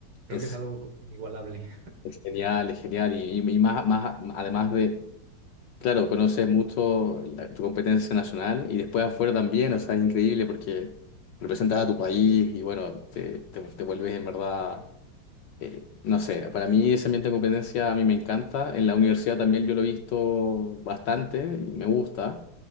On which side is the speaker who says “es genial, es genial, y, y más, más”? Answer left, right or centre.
Left